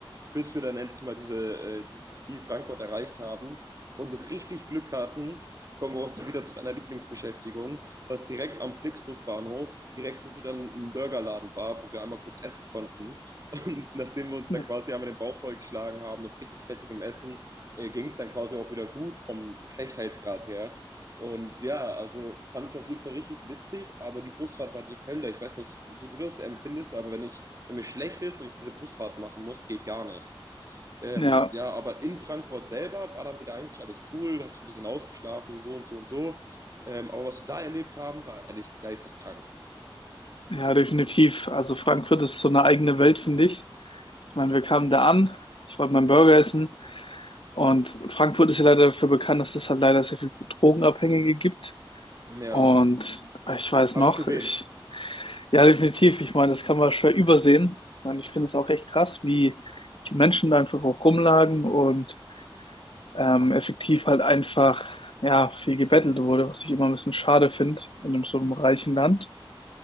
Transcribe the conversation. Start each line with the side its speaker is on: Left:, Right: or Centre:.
Right: bis wir dann endlich mal diese, äh, dieses Ziel Frankfurt erreicht haben und richtig Glück hatten, da kommen wir auch zu, wieder zu einer Lieblingsbeschäftigung, dass direkt am Flixbusbahnhof direkt wieder ein Burgerladen war, wo wir einmal kurz essen konnten. Und <laughs> nachdem wir uns da
Left: ne.
Right: quasi einmal den Bauch vollgeschlagen haben mit richtig fettigem Essen, äh, ging es dann quasi auch wieder gut vom Schlechtheitsgrad her. Und ja, also fand ich auf jeden Fall richtig witzig, aber die Busfahrt war die Hölle. Ich weiß nicht, wie du das empfindest, aber wenn ich, wenn mir schlecht ist und ich diese Busfahrt machen muss, geht gar nicht. Ähm,
Left: Ja,
Right: ja, aber in Frankfurt selber war dann wieder eigentlich alles cool, da hast du ein bisschen ausgeschlafen, so und so und so. Ähm, aber was wir da erlebt haben, war ehrlich geisteskrank.
Left: ja, definitiv. Also Frankfurt ist so eine eigene Welt, finde ich. Ich meine, wir kamen da an, ich wollte meinen Burger essen und Frankfurt ist ja leider dafür bekannt, dass es halt leider sehr viel Drogenabhängige gibt.
Right: Ja,
Left: Und ich weiß
Right: habe
Left: noch,
Right: ich gesehen.
Left: ich, ja, definitiv. Ich meine, das kann man schwer übersehen. Ich meine, ich finde es auch echt krass, wie die Menschen da einfach auch rumlagen und ähm, effektiv halt einfach, ja, viel gebettelt wurde, was ich immer ein bisschen schade finde in einem so einem reichen Land.